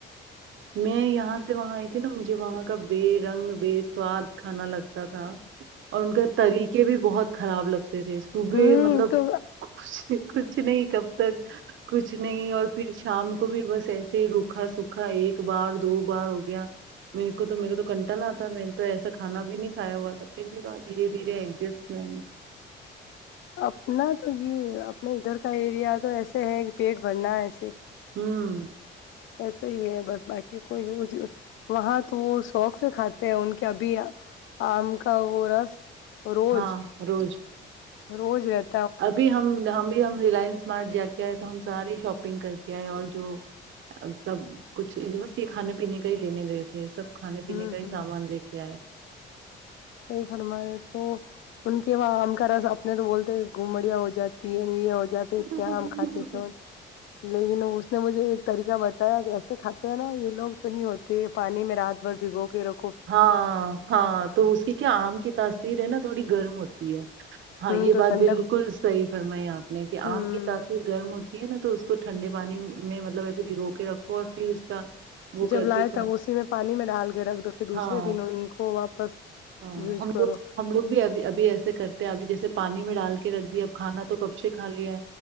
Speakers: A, on the right; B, on the left.
A: میں یہاں سے وہاں آئی تھی نا مجھے وہاں کا بے رنگ بے سواد کھانا لگتا تھا اور ان کے طریقے بھی بہت خراب لگتا ے صبح
B: ہوں
A: مطلب
B: تو
A: کچھ کچھ نہیں کب تک کچھ نہیں اور پھر شام کو بھی بس ایسے ہی روکھا سکھا ایک بار دو بار ہو گیا میرے کو تو میرے کو تو کنٹا لا تھا میں نے تو ایسا کھانا بھی نہیں کایا ہوا تھا پھر بھی وہ دھیرے دھیرے ایڈجسٹ میں نے
B: اپنا تو یہ اپنے ادھر کا ایریا تو ایسے ہے کہ پیٹ بھرنا ہے صرف
A: ہوں
B: ایسا ہی ہے بس باقی کوئی وہاں تو وہ شوق سے کھاتے ہیں ان کے ابھی آم کا وہ رس روز
A: ہاں روز
B: روز رہتی
A: ابھی ہم ہم بھی ہم ریلائنس اسمارٹ جا کے آئے تو ہم ساریے شاپنگ کر کے آئے اور جو سب کچھ ووست کھانے پینے کا ہی لینے گئے تھے سب کھانے
B: ہوں
A: پینے کا ہی
B: ہوں
A: سامان لے کے آئے
B: صحیح فرما رہے تو ان کے وہاں ہم کا راس اپنے تو بولتے ہیں گھوم بڑیا ہو جاتا یہ ہو جاتے
A: آئے
B: اتنے آم کھاتے تھ لیکن اس نے مجھے ایک طریقہ بتایا کیسے کھاتے ہیں نا یہ لوگ تو نہیں ہوتے پانی میں رات بھر بھگو کے لوگ
A: ہاں ہاں تو اسی کہ آم کی تاثیر ہے نا تھوڑی گرم ہوتی ہے
B: ہوں
A: ہاں یہ
B: تو
A: بات
B: ٹھنڈک
A: بالکل صحیح فرمائی آپ نے
B: ہوں
A: کہ آم کی تاثیر گرم ہوتی ہے نا تو اس کو ٹھنڈے پانی میں مطلب وسے بگو کے رکھو اور پھر اس کا وہ
B: جب
A: کر
B: لائے
A: کے کا
B: تب اسی میں پانی میں ڈال کے رکھ دو دوسرے
A: ہاں
B: دن ان کو واپس
A: ہاں
B: یوز
A: ہم
B: کرو
A: لوگ ہم لوگ بھی اب ابھی ایسے کرتے ہیں ابھی جیسے پانی میں ڈال کے رکھ دیا اب کھانا تو کب سے کھا لیا